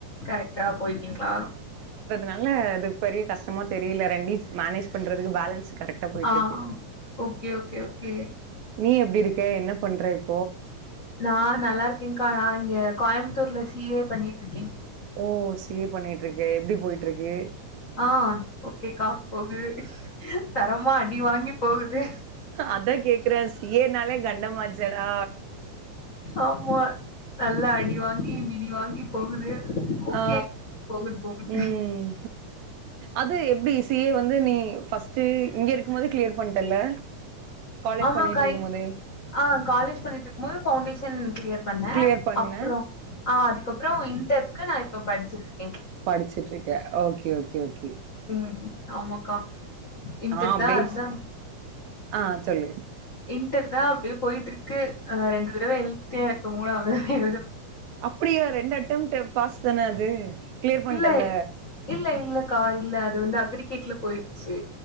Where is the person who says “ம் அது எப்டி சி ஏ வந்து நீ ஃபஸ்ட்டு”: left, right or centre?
Right